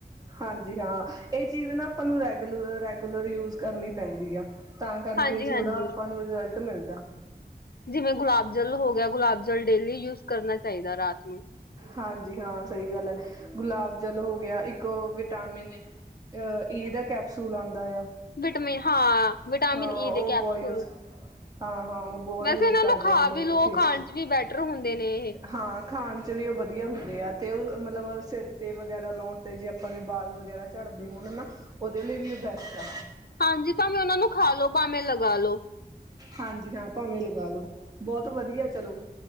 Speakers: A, on the right (about 20°); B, on the left (about 70°).
A: ਹਾਂਜੀ -ਹਾਂ, ਇਹ ਚੀਜ਼ ਨਾ ਆਪਾਂ ਨੂੰ ਰੈਗੂ- ਰੈਗੂਲਰ ਯੂਜ ਕਰਨੀ ਪੈਂਦੀ ਆ। ਤਾਂ ਕਰਕੇ
B: ਹਾਂਜੀ
A: ਥੋੜਾ,
B: ਹਾਂਜੀ
A: ਆਪਾਂ ਨੂੰ ਰਿਜਲਟ ਮਿਲਦਾ।
B: ਜਿਵੇਂ ਗੁਲਾਬ ਜਲ ਹੋ ਗਿਆ, ਗੁਲਾਬ ਜਲ ਡੇਲੀ ਯੂਜ ਕਰਨਾ ਚਾਹੀਦਾ ਰਾਤ ਨੂੰ।
A: ਹਾਂਜੀ -ਹਾਂ, ਸਹੀ ਗੱਲ ਹੈ, ਗੁਲਾਬ ਜਲ ਹੋ ਗਿਆ ਇੱਕ ਓਹ ਵਿਟਾਮਿਨ ਅਹ, ਈ ਦਾ ਕੈਪਸੂਲ ਆਂਦਾ ਐ ਆ।
B: ਵਿਟਾਮਿਨ ਹਾਂ, ਵਿਟਾਮਿਨ
A: ਹਾਂ
B: ਈ
A: ਉਹ
B: ਦੇ
A: ਬਹੁਤ
B: ਕੈਪਸੂਲ।
A: ਯੂਜ ਹਾਂ ਹਾਂ ਉਹ ਬਹੁਤ
B: ਵੈਸੇ
A: ਯੂਜ
B: ਇਹਨਾਂ
A: ਕਰਦੇ
B: ਨੂੰ ਖਾ
A: ਨੇ ਲੋਕ
B: ਵੀ ਲੋਓ,
A: ਫੇਸ
B: ਖਾਣ
A: ਤੇ
B: ਚ ਵੀ ਬੈਟਰ ਹੁੰਦੇ ਨੇ। ਇਹ
A: ਹਾਂ। ਖਾਣ 'ਚ ਵੀ ਉਹ ਵਧੀਆ ਹੁੰਦੇ ਆ, ਤੇ ਉਹ ਮਤਲਬ ਸਿਰ 'ਤੇ ਵਗੈਰਾ ਲਾਉਣ 'ਤੇ, ਜੇ ਆਪਾਂ ਨੇ ਬਾਲ ਵਗੈਰਾ ਝੜਦੇ ਹੋਣ ਨਾ ਉਹਦੇ ਲਈ ਵੀ ਉਹ ਬੈਸਟ ਆ।
B: ਹਾਂਜੀ ਭਾਵੇਂ ਉਹਨਾਂ ਨੂੰ ਖਾ ਲੋ, ਭਾਵੇਂ ਲਗਾ ਲੋ।
A: ਹਾਂਜੀ ਹਾਂ, ਭਾਵੇਂ ਲਗਾ ਲੋ, ਬਹੁਤ ਵਧੀਆ ਚਲੋ।